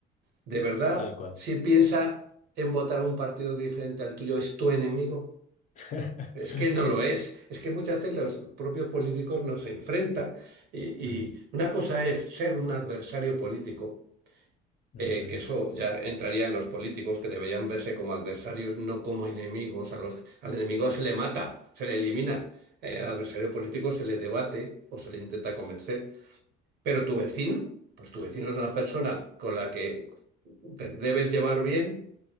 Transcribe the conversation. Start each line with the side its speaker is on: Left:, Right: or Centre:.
Right: ¿De verdad,
Left: tal cual.
Right: si piensa en votar un partido diferente al tuyo, es tu enemigo?
Left: <laughs>
Right: Es que no lo es. Es que muchas veces los propios políticos nos enfrentan y,
Left: Mm,
Right: y una cosa es ser un adversario político,
Left: ujú.
Right: eh, que eso ya entraría en los políticos que deberían verse como adversarios, no como enemigos. A los, al enemigo se le mata, se le elimina. Eh, al adversario político se le debate o se le intenta convencer. Pero tu vecino, pues tu vecino es una persona con la que te debes llevar bien